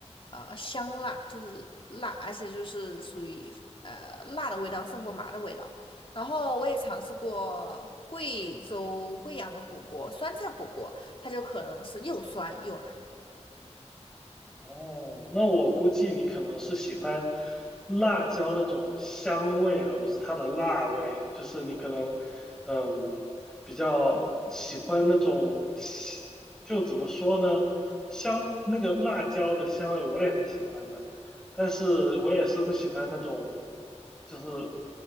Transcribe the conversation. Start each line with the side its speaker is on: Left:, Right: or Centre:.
Left: 呃香辣，就是辣，而且就是属于呃辣的味道胜过麻的味道。然后我也尝试过贵州贵阳的火锅，酸菜火锅。它就可能是又酸又辣。
Centre: 哦，那我估计你可能是喜欢辣椒那种香味，而不是它的辣味。就是你可能，嗯，比较喜欢那种香就怎么说呢，香，那个辣椒的香味我也很喜欢的，但是我也是不喜欢那种，就是